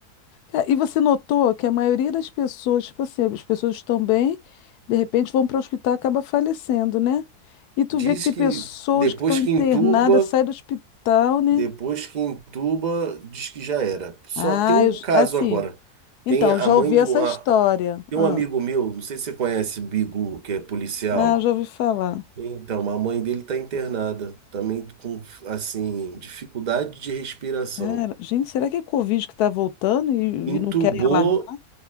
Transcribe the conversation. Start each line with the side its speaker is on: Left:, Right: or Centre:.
Left: É, E você notou que a maioria das pessoas, tipo assim, as pessoas estão bem, de repente vão para o hospital e acaba falecendo, né? E tu
Right: Diz
Left: vê que tem
Right: que
Left: pessoas
Right: depois
Left: que estão internadas,
Right: que entuba,
Left: saem do hospital, né?
Right: depois que entuba, diz que já era. Só
Left: Ah,
Right: tem um
Left: eu,
Right: caso
Left: j- assim,
Right: agora.
Left: então,
Right: Tem a
Left: eu já
Right: mãe
Left: ouvi
Right: de
Left: essa
Right: uma,
Left: história.
Right: tem
Left: Ah,
Right: um amigo meu, não sei se você conhece, Bigu, que é policial.
Left: ah, eu já ouvi falar.
Right: Então, a mãe dele está internada, também com, assim, dificuldade de respiração.
Left: Cara, gente, será que é Covid que tá voltando e,
Right: Entubou,
Left: e não querem alarmar?